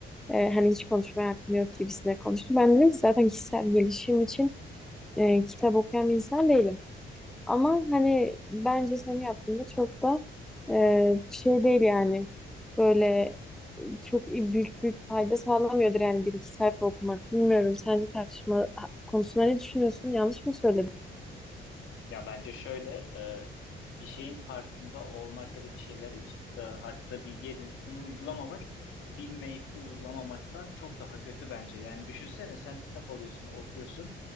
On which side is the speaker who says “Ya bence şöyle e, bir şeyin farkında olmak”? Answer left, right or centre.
Left